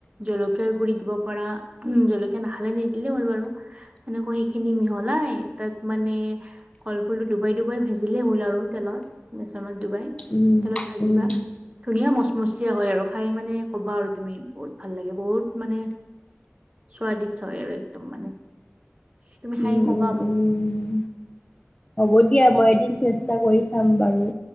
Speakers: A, on the right; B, on the left.
A: জলকীয়াৰ গুৰি, দিব পাৰা উম জলকীয়া নাখালে নিদিলে হ'ল বাৰু। সেনেকৈ সেইখিনি মিহলাই তাত মানে কলফুলটো ডুবাই ডুবাই ভাজিলেই হ'ল আৰু তেলৰ বেচনৰ ডুবাই
B: উম
A: তেলত ভাজিবা
B: উম
A: ধুনীয়া মচমচীয়া হয় আৰু খাই মানে ক'বা আৰু তুমি বহুত ভাল লাগে বহুত মানে স্বাদিষ্ট হয় আৰু একদম মানে। তুমি খায়
B: উম
A: কবা
B: উম
A: মোক।
B: উম হ'ব দিয়া মই এদিন চেষ্টা কৰি চাম বাৰু,,